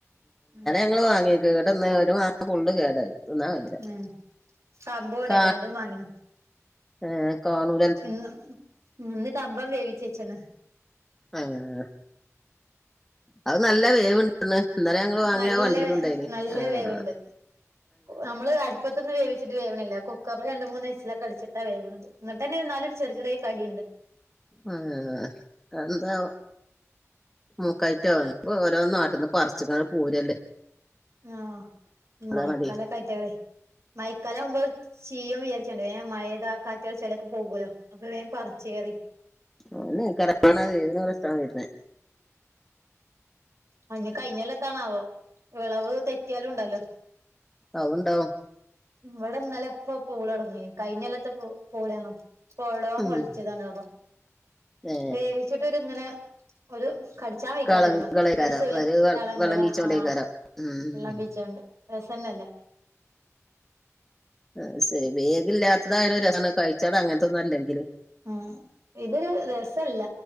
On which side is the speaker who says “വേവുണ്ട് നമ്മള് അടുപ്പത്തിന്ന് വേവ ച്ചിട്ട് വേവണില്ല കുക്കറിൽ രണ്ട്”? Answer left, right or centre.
Right